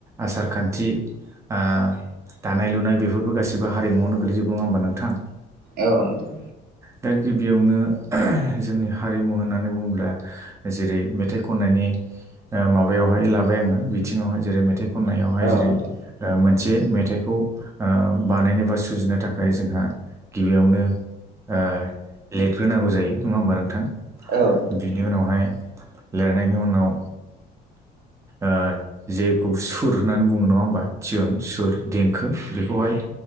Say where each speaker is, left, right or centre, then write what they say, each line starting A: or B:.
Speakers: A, on the right; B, on the right.
A: आसार खान्थि आ दानाय लुनाय बेफोरबो गाैबो हारिमुआवनो गोग्लैजोबो नङा होमबा नोंथां
B: औ नोंथां
A: दा गिबियावनो जोंनि हारिमु होननानै बुङोब्ला जेरै मेथाइ खननायनि ओ माबायावहाय लाबाय आङो बिथिङावहाय जेरै मेथाइ खननायावहाय
B: औ
A: जेरै
B: नोंथां
A: ओ मोनसे मेथाइखौ ओ बानायनो बा सुजुनो थाखाय जोंहा गिबियावनो ओ लिरगिरि नांगौ जायो नङा होमबा नोंथां
B: औ नोंथां
A: बिनि उनावहाय लिरनायनि उनाव ओ जेखौ सुर होननानै बुङो नङा होमबा थियुन सुर देंखो बेखौहाय